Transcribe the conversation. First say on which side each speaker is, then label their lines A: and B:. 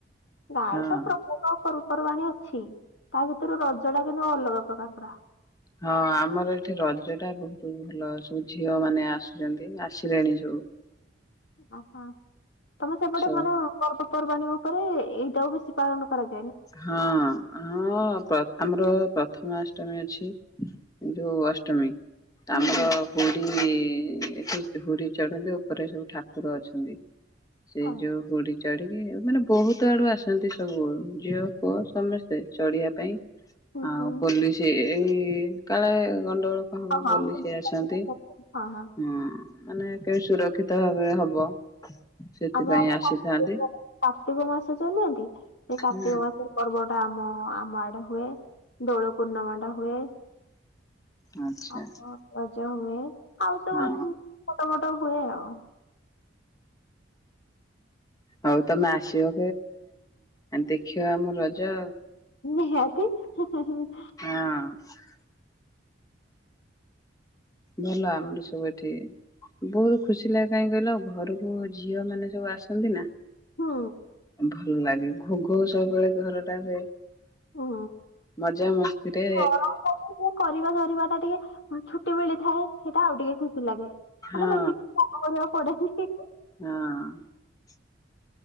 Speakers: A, on the left (about 65°); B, on the left (about 20°).
A: ଗାଁ
B: ହଁ
A: ରେ ତ ପ୍ରତ୍ୟେକ ପର୍ବ ପର୍ବାଣୀ ଅଛି। ଅଛି ତା ଭିତରୁ ରଜ ଟା କିନ୍ତୁ ଅଲଗା ପ୍ରକାର ପୁରା।
B: ହଁ ଆମର ଏଠି ରଜ ଟା ବହୁତ ଭଲ ସବୁ ଝିଅ ମାନେ ଆସୁଛନ୍ତି ଆସିଲେଣି ସବୁ।
A: ଓହୋ। ତମ ସେପଟେ
B: ସବୁ
A: ମୋର ପର୍ ପର୍ବାଣୀ ଉପରେ ଏଇଟାକୁ ବେଶୀ ପାଳନ କରାଯା
B: ହଁ ହଁ ପ୍ରଥମ ର ପ୍ରଥ ପ୍ରଥମାଷ୍ଟମୀ ଅଛି ଯୋଉ ଅଷ୍ଟମୀ। ତାମର
A: ହୁଁ ହୁଁ
B: ହୁଣ୍ଡି। ଏଠି ହୁଡ଼ି ଚଢନ୍ତି ଉପରେ ସବୁ ଠାକୁର ଅଛନ୍ତି। ସେଇ
A: ହଁ
B: ଯୋଉ ହୁଡି ଚଢିକି ମାନେ ବହୁତ ଆଡୁ ଆସନ୍ତି ସବୁ। ଝିଅ ପୁଅ ସମସ୍ତେ ଚଢ଼ିବା ପାଇଁ।
A: ହୁଁ
B: ହଁ
A: ହୁଁ
B: ପୋଲିସି ଏଇ କାଳେ ଗ ଗଣ୍ଡଗୋଳ କଣ ହବ
A: ହଁ ହଁ।
B: ବୋଲି
A: ମୁଁ
B: ସେ
A: ବୁଝିପାରିଲି।
B: ଆସନ୍ତି
A: ହଁ ହଁ ଆମ
B: ହଁ। ମାନେ କେ ସୁରକ୍ଷିତ ଭାବରେ ହବ। ସେଥିପାଇଁ
A: ଆମ ଆଡ଼େ
B: ଆସିଥାନ୍ତି।
A: କାର୍ତ୍ତିକ କାର୍ତ୍ତିକ ମାସ ଚାଲନ୍ତି ସେ କା କାର୍ତ୍ତିକ
B: ହୁଁ
A: ମାସରେ ପର୍ବଟା ଆମ ଆମ ଆଡ଼େ ହୁଏ ଦୋଳ ପୂର୍ଣ୍ଣମା ଟା ହୁଏ।
B: ଆଚ୍ଛା
A: ହଁ ହଁ ରଜ ହୁଏ। ଆଉ ସବୁ
B: ହଁ
A: ଛୋଟ ମୋଟ ହୁଏ ଆଉ।
B: ହଉ ତମେ ଆସିବ କି ଦେଖିବ ଆମ ରଜ।
A: ନିହାତି। <unintelligible>
B: ହଁ। ଭଲ ଆମର। ସବୁ ଏଠି ବହୁତ ଖୁସି ଲାଗେ କାହିଁ କହିଲ ଘରକୁ ଝିଅ ମାନେ ସବୁ ଆସନ୍ତି ନା।
A: ହୁଁ
B: ଭଲ ଲାଗେ ଘୋଘୋ ସବୁବେଳେ ଘରଟା ହୁଏ।
A: ହୁଁ
B: ମଜା ମସ୍ତିରେ
A: ଗରମ <inaudible> ଟିକେ କରିବା ଧରିବାଟା ଟିକେ ଛୁ ଟି ମିଳିଥାଏ ସେଇଟା ଆଉ ଟିକେ ଖୁସି ଲାଗେ।
B: ହଁ
A: ମାନେ ବେଶୀ କାମ କରିବା। <unintelligible>
B: ହଁ